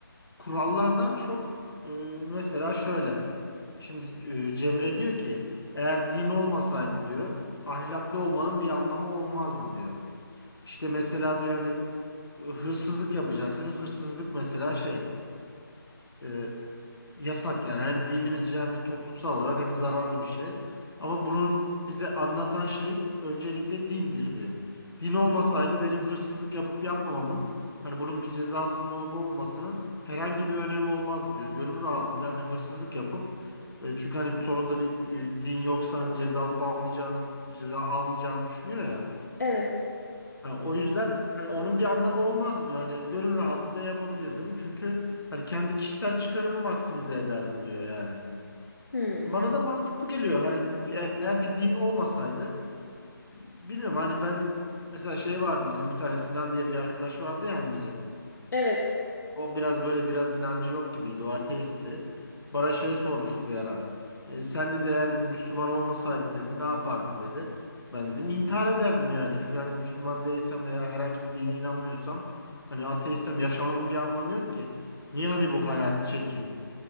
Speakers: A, on the left (about 70°); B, on the left (about 55°).
A: kurallardan çok e, mesela şöyle. Şimdi e, Cemre diyor ki eğer din olmasaydı diyor ahlaklı olmanın bir anlamı olmazdı diyor. İşte mesela diyor hani e, hırsızlık yapacaksın. Hırsızlık mesela şey. e, Yasak yani. Hem dinimizce hem de toplumsal olarak hani zararlı bir şey. Ama bunun bize anlatan şey öncelikle dindir diyor. Din olmasaydı benim hırsızlık yapıp yapmamamın hani bunun bir cezasının olup olmamasının herhangi bir önemi olmaz diyor. Gönül rahatlığıyla hani hırsızlık yapıp e, çünkü hani sonunda bir e, din yoksa hani ceza alıp almayacağını ceza almayacağını düşünüyor ya.
B: Evet.
A: Ha, o yüzden hani onun bir anlamı olmazdı diyor. Hani gönül rahatlığıyla yapabilirdim. Çünkü hani kendi kişisel çıkarımı maksimize ederdim diyor yani.
B: Hmm,
A: Bana da mantıklı geliyor. Hani eğer bir din olmasaydı bilmiyorum hani ben mesela şey vardı bizim bir tane Sinan diye bir arkadaş vardı yani bizim.
B: evet.
A: O biraz böyle biraz inancı yok gibiydi. O ateistti. Bana şey sormuştu bir ara. E, sen dedi eğer dedi Müslüman olmasaydın dedi ne yapardın dedi. Ben dedim intihar ederdim yani. Çünkü hani Müslüman değilsem veya herhangi bir dine inanmıyorsam hani ateistsem yaşamamın bir anlamı yok ki. Niye hani bu hayatı çekeyim?